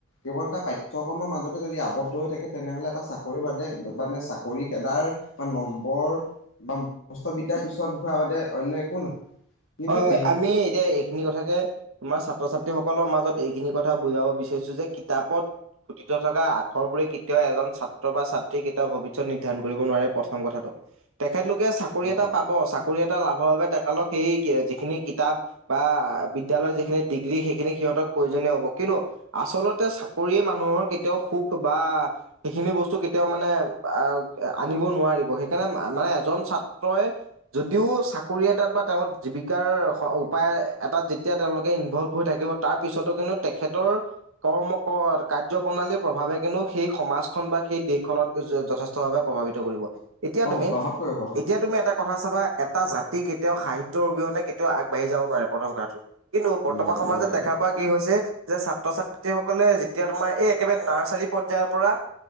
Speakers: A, on the left; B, on the right.
A: কেৱল এটা পাঠ্যক্ৰমৰ মাজতে যদি আৱদ্ধ হৈ থাকে তেনেহলে এটা চাকৰি বাদে মানে চাকৰিখেদাৰ বা নম্বৰ বা বস্তবিদাৰ পিছত ঘূৰা বাদে অন্য একো নহয়। কিন্তু
B: হয় হয়
A: দি
B: আমি এতিয়া এইখিনি কথাকে তোমাৰ ছাত্ৰ ছাত্ৰীসকলৰ মাজত এইখিনি কথা বুজাব বিচাৰিছোঁ যে কিতাপত খুটিত থকা আখৰবোৰে কেতিয়াও এজন ছাত্ৰ বা ছাত্ৰী কেতিয়াও ভৱিষ্যত নিৰ্ধাৰণ কৰিব নোৱাৰে প্ৰথম কথাটো তেখেতলোকে চাকৰি এটা
A: হয়
B: পাব চাকৰি এটা লাভৰ বাবে তেখেতলক সেই যিখিনি কিতাপ বা বিদ্যালয়ৰ যিখিনি ডিগ্ৰী সেইখিনি সিহঁতক প্ৰয়োজনীয় হ'ব কিন্তু আচলতে চাকৰিয়ে মানুহৰ কেতিয়াও সুখ বা সেইখিনি বস্তু কেতিয়াও মানে আহ আনিব নোৱাৰিব সেইকাৰণে মানে এজন ছাত্ৰই যদিও চাকৰি এটাত বা তেওঁ জীৱিকাৰ উপায় এটাত যেতিয়া তেওঁলোকে ইনভলভ হৈ থাকিব তাৰ পিছতো কিন্তু তেখেতৰ কৰ্ম কাৰ্য প্ৰণালীৰ প্ৰভাৱে কিন্তু সেই সমাজখন বা সেই দেশখনত যথেষ্ট ভাবে প্ৰভাৱিত কৰিব এতিয়া
A: অ
B: তুমি
A: অ প্ৰভাৱ প্ৰভাৱ পৰিব
B: এতিয়া তুমি এটা কথা চাবা এটা জাতি কেতিয়াও সাহিত্যৰ অবিহনে কেতিয়াও আগবাঢ়ি যাব নোৱাৰে প্ৰথম কথাটো কিন্তু বৰ্তমান
A: নোৱাৰে
B: সমাজত
A: নোৱাৰে
B: দেখা পোৱা কি হৈছে যে ছাত্ৰ ছাত্ৰী সকলে যেতিয়া তোমাৰ এই একেবাৰে নাৰ্চাৰী পৰ্যয়ায়ৰ পৰা